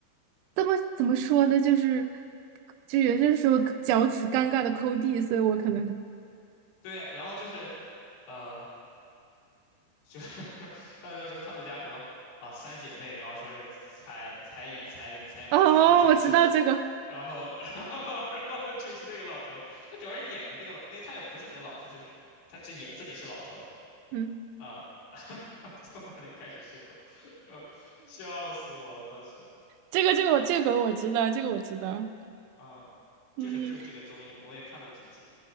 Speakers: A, on the right; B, on the left.
A: 怎么怎么说呢，就是，就有些时候脚趾尴尬的抠地，所以我可能，
B: 对呀然后就是。呃，就是他在说他们家什么啊三姐妹，然后说是彩彩眼、彩玲、彩敏、
A: 哦，
B: 彩丽、彩素，
A: 我知道这个，
B: 然后 <laughs> 然后然后就是那个老头，他主要是演的那个老那个他也不是很老，就是他只演自己是老头
A: 嗯，
B: 啊，<laughs> 从那里开始是狗，呃，笑死我了当时
A: 这个这个我这个我知道，这个我知道，
B: 啊，就是就是这个综艺嘛，
A: 嗯
B: 我也看过几集。